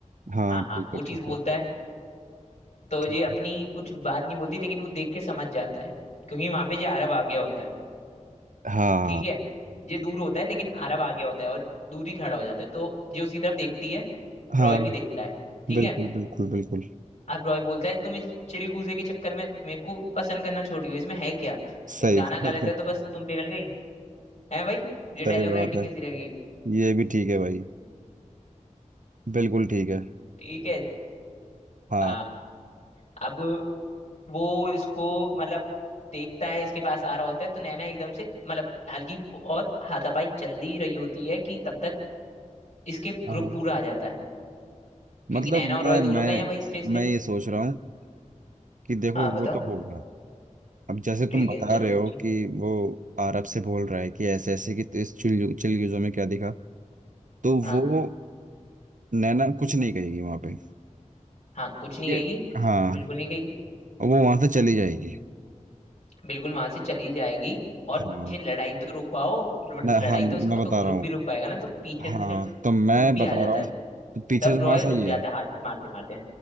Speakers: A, on the right; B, on the left.
A: हाँ
B: हाँ
A: ठीक
B: हाँ वो
A: है
B: चीज
A: ठीक
B: बोलता
A: है
B: है तो
A: ठीक
B: ये अपनी
A: है
B: कुछ बात नहीं बोलती लेकिन वो देख के समझ जाता है क्योंकि वहां पे ये आरव आ गया होता है
A: हाँ
B: ठीक है ये दूर होता है लेकिन आरव आ गया होता है और दूर ही खड़ा हो जाता है तो ये उसकी तरफ देखती है
A: हाँ
B: रॉय भी देखता है ठीक
A: बिल्कुल
B: है
A: बिल्कुल बिल्कुल
B: अब रॉय बोलता है तुम इस चिलगूजे के चक्कर में मेरे को पसंद करना छोड़ दियो इसमें है क्या
A: सही
B: एक गाना गा
A: बात
B: लेता
A: है
B: तो बस तुम पिघल गई है भाई ये डायलॉग
A: सही बात
B: राइटिंग
A: है
B: कैसी रहेगी
A: ये भी ठीक है भाई बिल्कुल ठीक है
B: ठीक है
A: हाँ
B: आ, अब वो इसको मतलब देखता है इसके पास आ रहा होता है तो नैना एकदम से मतलब हल्की बहुत हाथापाई चल ही रही होती है कि तब तक इसके ग्रुप
A: हाँ हाँ।
B: पूरा आ जाता है क्योंकि
A: मतलब
B: नैना और
A: मैं
B: रॉय दोनों
A: मैं
B: गए हैं भाई स्टेज से
A: मैं ये सोच रहा हूँ कि देखो
B: हाँ
A: वो
B: बताओ
A: तो हो गया अब जैसे तुम
B: ठीक
A: बता
B: है चलो
A: रहे
B: जी
A: हो कि वो अरब से बोल रहा है कि ऐसे ऐसे कि तो इस चिल चिलगुजों में क्या दिखा तो
B: हाँ
A: वो नैना कुछ नहीं कहेगी वहां पे
B: हाँ कुछ नहीं
A: ये
B: कहेगी
A: हाँ
B: बिल्कुल नहीं
A: वो वहां से चली जाएगी
B: बिल्कुल वहां से चली जाएगी और
A: हाँ
B: ये लड़ाई तो रुकवाओ ल-
A: मैं
B: लड़ाई
A: हाँ मैं
B: तो उसका
A: बता
B: ग्रुप
A: रहा हूँ
B: ही रुक पाएगा ना तो पीछे
A: हाँ
B: से ग्रुप
A: तो मैं
B: भी
A: बता
B: आ जाता
A: रहा हूँ
B: है
A: तो पीछे
B: तब
A: से
B: रॉय
A: हाँ सही
B: रुक जाता
A: है
B: है हाथ मारते मारते